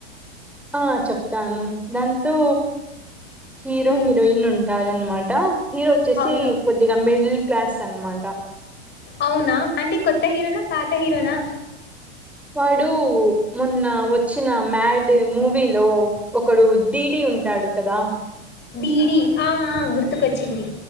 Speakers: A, in the centre; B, on the left.
A: ఆ చెప్తాను దాంతో హీరో
B: ఉమ్,
A: హీరోయిన్ ఉంటారన్నమాట హరో వచ్చేసి
B: అవునా
A: కొద్దిగా మిడిల్ క్లాస్ అనమాట
B: అవునా అంటే కొత్త హీరోనా పాత హీరోనా
A: వాడు మొన్న వచ్చిన మ్యాడ్ మూవీలో ఒకడు దీడి ఉంటి ఉంటాడు కదా
B: బీడీ ఆ గుర్తుకొచ్చింది